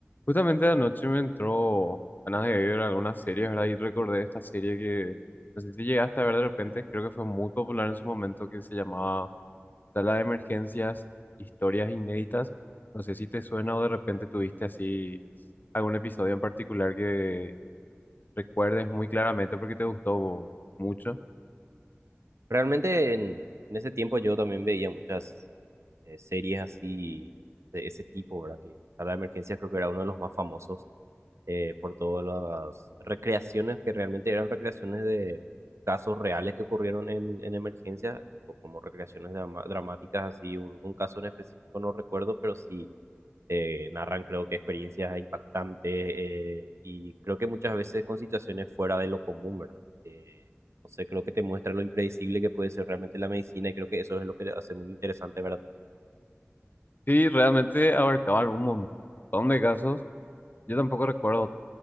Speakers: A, on the left; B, on the right.
A: Justamente anoche me entró ganas de ver algunas series, ¿verdad? Y recordé esta serie que no sé si llegaste a ver de repente, creo que fue muy popular en su momento, que se llamaba Sala de Emergencias, Historias Inéditas. No sé si te suena o de repente tuviste así algún episodio en particular que recuerdes muy claramente porque te gustó mucho.
B: Realmente en, en ese tiempo yo también veía muchas eh, series así de ese tipo, ¿verdad? Que a la emergencias creo que era uno de los más famosos eh, por todas las recreaciones que realmente eran recreaciones de casos reales que ocurrieron en, en emergencias, o como recreaciones drama- dramáticas así, un, un caso en específico no recuerdo, pero sí eh, narran creo que experiencias impactantes eh, y creo que muchas veces con situaciones fuera de lo común, ¿verdad? Eh, no sé, creo que te muestra lo impredecible que puede ser realmente la medicina y creo que eso es lo que le hace muy interesante, ¿verdad?
A: Sí, realmente abarcaban un montón de casos. Yo tampoco recuerdo